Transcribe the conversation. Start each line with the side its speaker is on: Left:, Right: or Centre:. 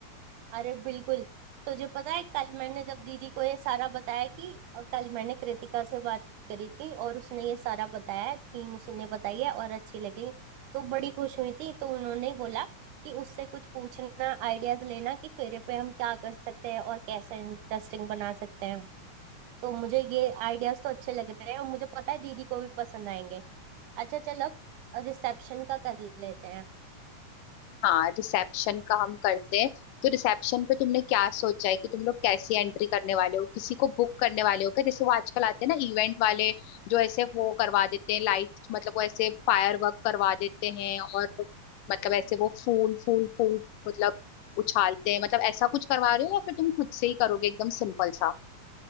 Right: अरे बिल्कुल तुझे पता है कल मैंने जब दीदी को ये सारा बताया कि अ, कल मैंने कृतिका से बात करी थी और उसने ये सारा बताया है थीम उसी ने बताई है और अच्छी लगी तो बड़ी खुश हुई थी तो उन्होंने ही बोला कि उससे कुछ पूछना आइडियाज लेना कि फेरे पे हम क्या कर सकते हैं और कैसे इंटरेस्टिंग बना सकते हैं तो मुझे ये आइडियाज तो अच्छे लग रहे हैं और मुझे पता है दीदी को भी पसंद आएंगे अच्छा चल अब रिसेप्शन का कर लेते हैं
Left: हाँ रिसेप्शन का हम करते हैं तो रिसेप्शन पे तुमने क्या सोचा है कि तुम लोग कैसी एंट्री करने वाले हो किसी को बुक करने वाले हो क्या जैसे वो आजकल आते हैं ना इवेंट वाले जो ऐसे वो करवा देते हैं लाइट मतलब वो ऐसे फायर वर्क करवा देते हैं और मतलब ऐसे वो फूल फूल फूल मतलब उछालते हैं मतलब ऐसा कुछ करवा रहे हो या फिर तुम खुद से ही करोगे एकदम सिंपल सा